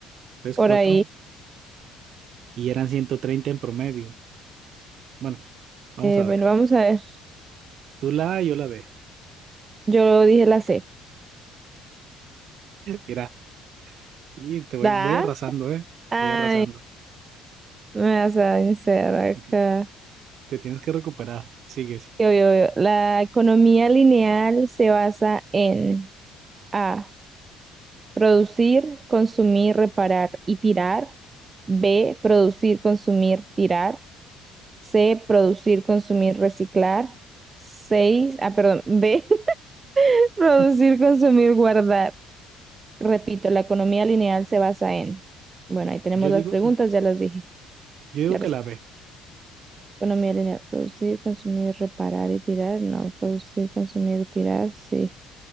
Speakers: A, on the right (about 55°); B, on the right (about 25°).
A: tres
B: Por
A: cuatro
B: ahí.
A: Y eran 130 en promedio. Bueno, vamos
B: Eh,
A: a
B: bueno,
A: ver.
B: vamos a ver.
A: Tú la A, yo la B.
B: Yo dije la C.
A: Mira, y te voy,
B: ¿Da?
A: voy arrasando, ¿eh?
B: Ay,
A: Voy arrasando.
B: me vas a vencer acá.
A: Te, ti- te tienes que recuperar. Sigues.
B: Yo, yo, yo. La economía lineal se basa en A. Producir, consumir, reparar y tirar. B. Producir, consumir, tirar. C. Producir, consumir, reciclar. 6. Ah, perdón. D. <laughs> Producir,
A: <laughs>
B: consumir, guardar. Repito, la economía lineal se basa en. Bueno, ahí tenemos
A: Yo digo,
B: las preguntas, ya las dije.
A: yo digo
B: La
A: que
B: resp-
A: la B.
B: economía lineal. Producir, consumir, reparar y tirar. No. Producir, consumir, tirar. Sí.